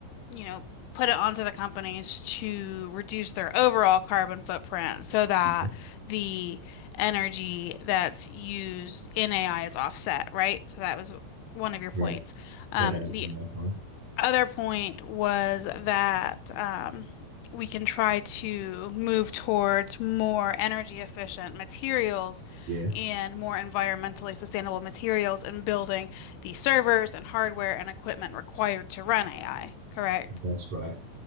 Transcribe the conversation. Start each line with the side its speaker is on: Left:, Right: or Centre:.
Left: you know, put it onto the companies to reduce their overall carbon footprint so that
Right: Yeah,
Left: the energy that's used in AI is offset, right? So that was one of your points.
Right: yeah,
Left: Um,
Right: yeah, that's
Left: the
Right: my point.
Left: other point was that um, we can try to move towards more energy efficient materials
Right: Yes,
Left: and more environmentally sustainable materials in building the servers and hardware and equipment required to run AI, correct?
Right: that's right.